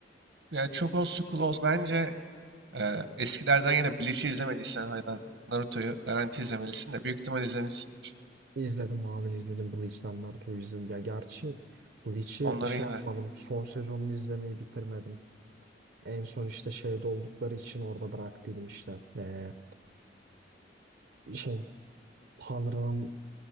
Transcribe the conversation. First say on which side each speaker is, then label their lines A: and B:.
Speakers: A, on the right; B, on the right.
A: yani çok old school olsun. Bence e, eskilerden yine Bleach'i izlemediysen ya da Naruto'yu garanti izlemelisin de büyük ihtimal izlemişsindir.
B: İzledim abi izledim Bleach'ten Naruto'yu izledim. Ya gerçi Bleach'i
A: Onları
B: şey
A: yine
B: yapmadım. Son sezonunu izlemeyi bitirmedim. En son işte şeyde oldukları için orada bıraktıydım işte. Ee, şey, Tanrı'nın